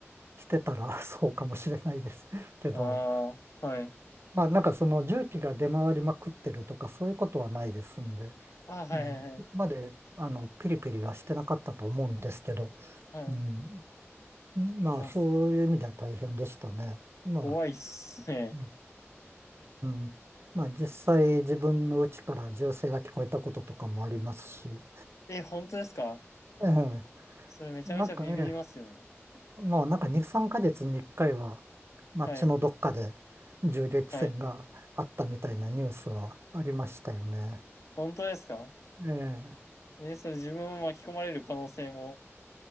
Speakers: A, on the right (about 55°); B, on the left (about 90°).
A: してたら <laughs> そうかもしれないですけど、
B: ああ、はい。
A: まあ、なんかその重機が出回りまくってるとか、そういうことはないですんで、
B: あー、はいはいはい。
A: ね、そこまで、あの、ピリピリはしてなかったと思うんですけど、
B: はい。
A: うん、まあ、
B: いや、
A: そういう意味では大変でしたね。まあ、
B: 怖いっすね。
A: うん。うんまあ実際自分の家から銃声が聞こえたこととかもありますし、
B: え、本当ですか
A: ええ、
B: それめちゃめちゃビビりますよね。
A: なんかね、もうなんか2、3ヶ月に1回は、まあ血のどっかで銃撃戦があったみたいなニュースはありましたよね。
B: はい。はい。本当ですか
A: ええ、
B: え、それ自分も巻き込まれる可能性も、